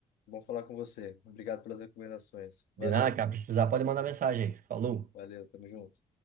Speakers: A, on the left (about 80°); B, on the right (about 60°).
A: Bom falar com você. Obrigado pelas recomendações.
B: De
A: Valeu,
B: nada, cara, precisar pode mandar mensagem. Falou.
A: valeu, tamo junto.